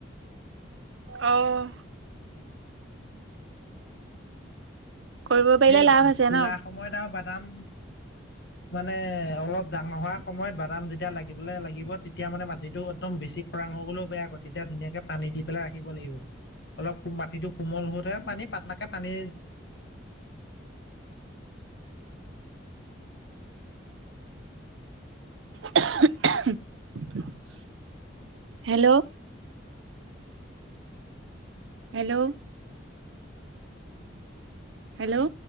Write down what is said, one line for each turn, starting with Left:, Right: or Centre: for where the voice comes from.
Right: অহ। কৰিব পাৰিলে
Left: এই
Right: লাভ আছে
Left: ফুলা
Right: ন
Left: সময়ত আৰু বাদাম মানে অলপ দাঙৰ হোৱা সময়ত বাদাম যেতিয়া লাগিবলৈ লাগিব তেতিয়া তেতিয়া মানে মাটিটো একদম বেছি খৰাং হৈ গ'লেও বেয়া আকৌ, তেতিয়া ধুনীয়াকে পানী দি পেলাই ৰাখিব লাগিব। অলপ মাটিটো কোমল হওঁতে পানী পাতলকে পানী
Right: <unintelligible> হেল্ল' হেল্ল' হেল্ল'।